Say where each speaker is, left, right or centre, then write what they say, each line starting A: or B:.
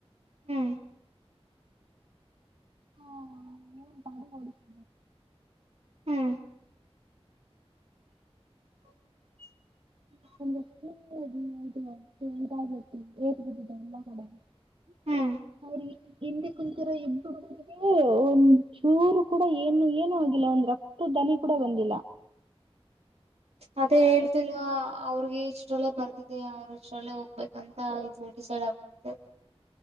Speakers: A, on the right; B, on the right.
A: ಹ್ಮ್
B: ಹ ಹ ಬಾರಿ ಬಡ <unintelligible>
A: ಹ್ಮ್ <unintelligible>
B: ದುದು ಕೇಳ್ಬು ಏತ್ ಬಿದ್ದಿದೆ ಎಲ್ಲ ಕೂಡ <unintelligible>
A: ಹ್ಮ್
B: ಅವ್ರಿಗೆ ಎದೆ ಕುಂತರ ಏನ್ ಹ ಒಂದ್ ಚೂರು ಕೂಡ ಏನು ಏನುೂ ಆಗಿಲ್ಲ ಒಂದ್ ರಕ್ತ ದನಿ ಕೂಡ ಬಂದಿಲ್ಲ
A: ಅದೇ ಹೇಳ್ತಿಲ್ವಾ ಅವ್ರಿಗೆ ಇಷ್ಟಲ್ಲೆ ಬರ್ದಿದೆ ಅವ್ರ ಅಷ್ಟಲ್ಲೆ ಹೋಗ್ಬೇಕಂತ ಇದು ಡಿಸೈಡ್ ಆಗಿದೆ